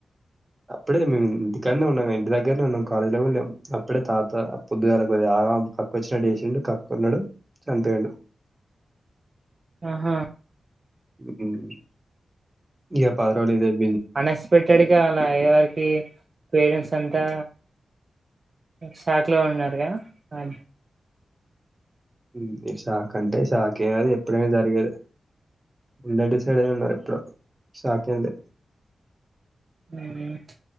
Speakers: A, on the right; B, on the right.
A: అప్పుడే మేము ఇంటి కాడనే ఉన్నాం ఇంటి దగ్గరనే ఉన్నాం కాలేజీ లో కుడ లేం అప్పుడే తాత పొద్దుగాలే ఆగా పక్కకు వచ్చినట్టు తిండు కక్కన్నాడు చనిపోయిండు
B: ఆహా
A: ఉమ్ ఇక పది రోజులు సరి
B: అన్ఎక్స్పెక్టెడ్గా అలా అయ్యే వరికి పేరెంట్స్ అంతా షాక్ లో ఉన్నారుగా అ
A: ఉమ్ షాక్ అంటే షాక్ ఏ అది ఎప్పుడైనా జరిగేదె అందరూ డిసైడ్ అయి ఉన్నారు ఎప్పుడో షాక్ ఏంది
B: ఉమ్,